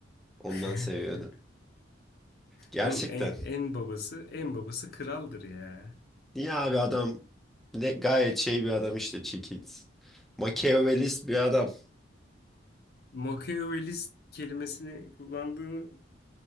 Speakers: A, in the centre; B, on the left.
A: Ondan
B: <laughs>
A: seviyordum. Gerçekten.
B: Oğlum en, en babası en babası kraldır ya.
A: Niye abi adam ne gayet şey bir adam işte Chick Hits. Machiavellist bir adam.
B: Machiavellist kelimesini kullandığın